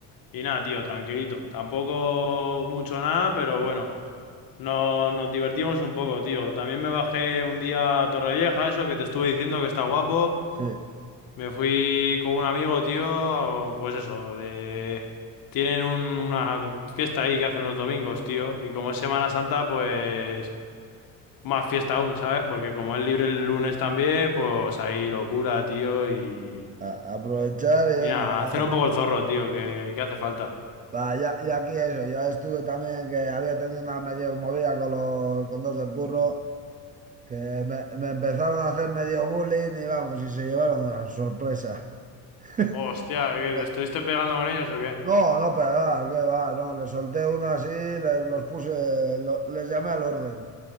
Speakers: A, on the left; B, on the right.
A: y, y nada, tío, tranquilito. Tampoco mucho nada, pero bueno, no, nos divertimos un poco, tío. También me bajé un día a Torrevieja, eso que te estuve diciendo que está guapo.
B: Sí.
A: Me fui con un amigo, tío, pues eso, de... Tienen un- una fiesta ahí que hacen los domingos, tío, y como es Semana Santa, pues más fiesta aún, ¿sabes? Porque como es libre el lunes también, pues ahí locura, tío, y...
B: A- aprovechar y
A: Y
B: venga,
A: nada, hacer un
B: dale.
A: poco el zorro, tío, que,
B: Sí.
A: que hace falta.
B: Va, ya, ya aquí eso, yo estuve también que había tenido una medio movida con los con dos del burro, que me, me empezaron a hacer medio bullying y vamos, y se llevaron una sorpresa. <laughs>
A: Hostia, ¿qué,
B: Eh,
A: ¿te estuviste pegando con ellos o qué?
B: No, no pegar, que va, no, le solté una así, les, los puse, lo- les llamé al orden.